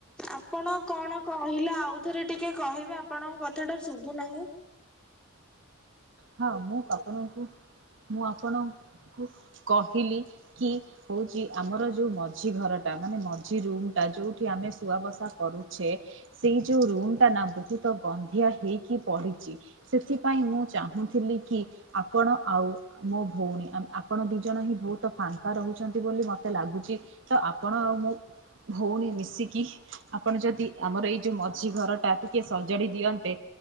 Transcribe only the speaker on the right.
ହଁ ମୁଁ ଆପଣଙ୍କୁ ମୁଁ ଆପଣ କୁ କହିଲି କି ହଉଛି ଆମର ଯୋଉ ମଝି ଘରଟା ମାନେ ମଝି ରୁମ୍ ଯୋଉଠି ଆମେ ସୁଆ ବସା କରୁଛେ ସେଇ ଯୋଉ ରୁମ ଟା ନା ବହୁତ ତ ଗନ୍ଧିଆ ହୋଇକି ପଡ଼ିଛି ସେଥିପାଇଁ ମୁଁ ଚାହୁଁଥିଲି କି ଆପଣ ଆଉ ମୋ ଭଉଣୀ ଆପଣ ଦୁଇଜଣ ହିଁ ବହୁତ ଫାଙ୍କା ରହୁଛନ୍ତି ବୋଲି ମୋତେ ଲାଗୁଛି। ତ ଆପଣ ଆଉ ମୋ ଭଉଣୀ ମିଶିକି ଆପଣ ଯଦି ଆମର ଏଇ ଯୋଉ ମଝି ଘର ଟା ଟିକେ ସଜାଡି ଦିଅନ୍ତେ